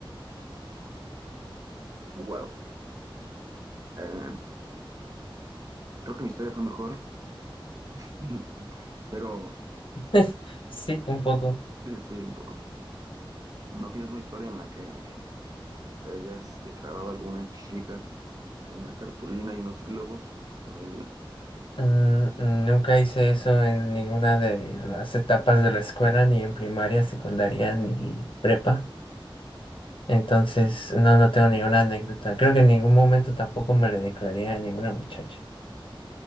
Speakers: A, on the right; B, on the left.
A: Wow. Eh, creo que mi historia fue mejor, <laughs> pero
B: <laughs> Sí, un poco.
A: eh, sí, un poco. ¿No tienes una historia en la que te hayas declarado a alguna chica con una cartulina y unos globos con helio?
B: Mm, mm, nunca hice eso en ninguna de las etapas de la escuela, ni en primaria, secundaria, ni prepa. Entonces, no, no tengo ninguna anécdota. Creo que en ningún momento tampoco me le declaré a ninguna muchacha.